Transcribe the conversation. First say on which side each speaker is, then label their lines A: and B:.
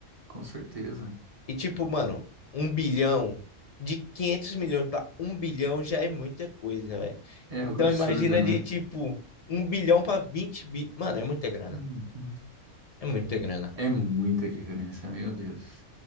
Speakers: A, on the right; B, on the left.
A: Com certeza.
B: E tipo, mano, um bilhão de 500 milhões para um bilhão já é muita coisa, velho.
A: É
B: Então
A: algo absurdo,
B: imagina
A: né?
B: de tipo um bilhão para 20 bi, mano, é muita grana.
A: Uhum.
B: É muita grana.
A: É muita diferença, meu Deus.